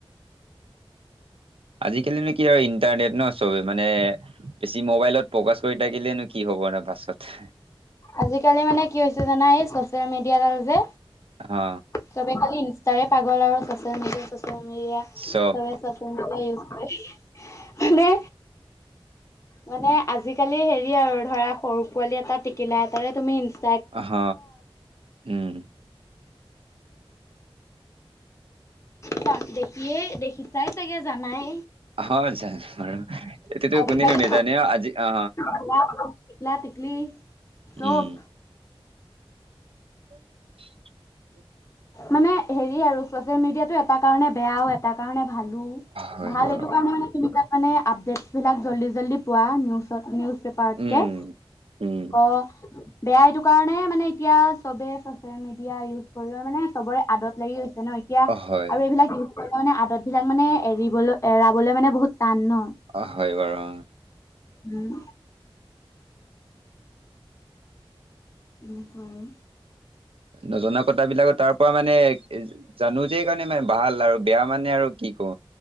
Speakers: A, on the right; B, on the left.
A: আজিকালিনো কি হৈ ইণ্টাৰনেট ন চবে মানে বেছি ম'বাইলত ফ'কাছ কৰি থাকিলেনো কি হ'ব আৰু পাছত।
B: আজিকালি মানে কি হৈছে জানা, এই ছ'চিয়েল মিডিয়া ডাল যে
A: অ
B: চবে খালি ইনষ্টাৰে পাগল আৰু ছ'চিয়েল মিডিয়া, ছ'চিয়েল মিডিয়া।
A: চব
B: চবে চচিয়েল মিডিয়া ইউজ কৰে। মানে মানে আজিকালি হেৰি আৰু ধৰা সৰু পোৱালি এটা টেকিলা এটাৰে তুমি ই
A: অ হ উম।
B: জান দেখিয়ে দেখিছাই চাগে জানাই।
A: হয় জানো বাৰু এইটোতো
B: আজিকালি।
A: কোনেনো নেজানে অ আজি অ
B: তিকলা- তিকলি চ'প।
A: উম <unintelligible>
B: মানে হেৰি আৰু ছচিয়েল মিডিয়াাতটো এটা কাৰণে বেয়াও তাৰ ভালো,
A: হয়
B: ভাল
A: বাৰু
B: এইটো কাৰণে মানে তুমি মানে আপডেটছবিলাক জল্দি জল্দি পোৱা নিউজত নিউজ পেপাৰতকৈ
A: উম উম
B: অ বেয়া এইটো কাৰণে মানে এতিয়া চবে মিডিয়া ইউজ কৰিব মানে চবৰে আদত লাগিছে ন এতিয়া
A: অ হয়
B: আৰু এইবিলাক মানে মানে আদত মানে এৰাবলৈ মানে বহুত টান ন?
A: অঁ হয় বাৰু।
B: উম। উম হয়।
A: নজনা কথা বিলাক তাৰ পৰা মানে জানো যে কাৰণে মানে ভাল আৰু বেয়া মানে আৰু কি কো